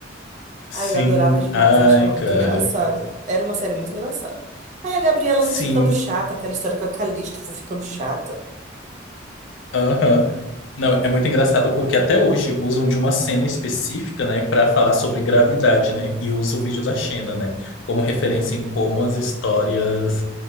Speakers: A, on the left (about 90°); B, on the right (about 40°).
A: Sim.
B: Ai, eu adorava demais,
A: Ai,
B: eu achava muito
A: cara.
B: engraçado. Era uma série muito engraçada. Aí a Gabriela
A: Sim.
B: foi ficando chata, aquela história com a Calista foi ficando chata.
A: Aham. Não, é muito engraçado porque até hoje usam de uma cena específica, né, para falar sobre gravidade, né? E usam o vídeo da Xena, né, como referência em como as histórias